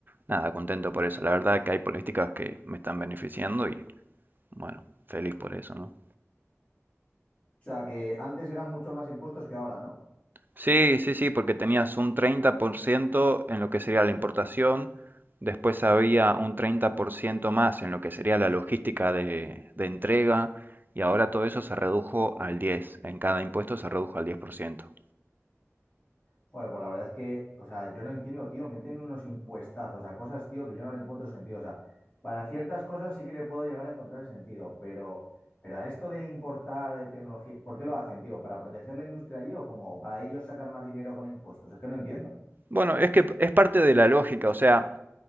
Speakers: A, on the right; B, on the left.
A: Nada, contento por eso. La verdad que hay políticas que me están beneficiando y bueno, feliz por eso, ¿no?
B: sea, que antes eran mucho más impuestos que ahora, ¿no?
A: Sí, sí, sí, porque tenías un 30% en lo que sería la importación, después había
B: Sí.
A: un 30% más en lo que sería la logística de, de entrega y ahora todo eso se redujo al 10%, en cada impuesto se redujo al diez por ciento
B: Joder, pues la verdad es que, o sea, yo no entiendo, tío, meten unos impuestazos a cosas, tío, que yo no le encuentro sentido. O sea, para ciertas cosas sí que le puedo llegar a encontrar el sentido, pero, pero a esto de importar eh, tecnología, ¿por qué lo hacen, tío? ¿Para proteger la industria allí o como para ellos sacar más dinero con impuestos? Es que no entiendo.
A: Bueno, es que es parte de la lógica, o sea,